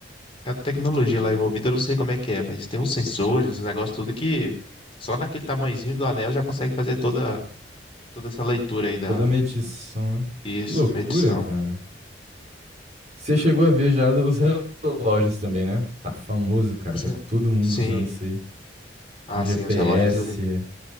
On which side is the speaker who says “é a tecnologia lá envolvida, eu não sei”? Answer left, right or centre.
Left